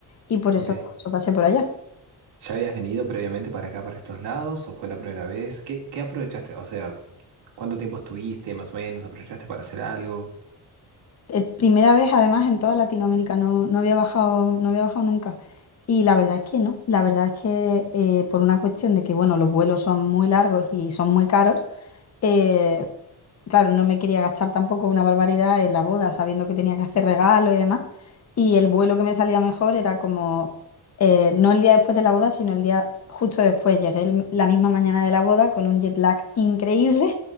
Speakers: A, on the left; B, on the right.
A: Y por eso,
B: ok.
A: por eso pasé por allá.
B: ¿Ya habías venido previamente para acá, para estos lados? ¿O fue la primera vez? ¿Qué, qué aprovechaste? O sea, ¿cuánto tiempo estuviste más o menos? ¿Aprovechaste para hacer algo?
A: Eh, primera vez además en toda Latinoamérica, no, no había bajado, no había bajado nunca. Y la verdad es que no, la verdad es que eh, por una cuestión de que, bueno, los vuelos son muy largos y son muy caros, eh, claro, no me quería gastar tampoco una barbaridad en la boda, sabiendo que tenía que hacer regalo y demás. Y el vuelo que me salía mejor era como, eh, no el día después de la boda, sino el día justo después. Llegué el- la misma mañana de la boda con un jet lag increíble.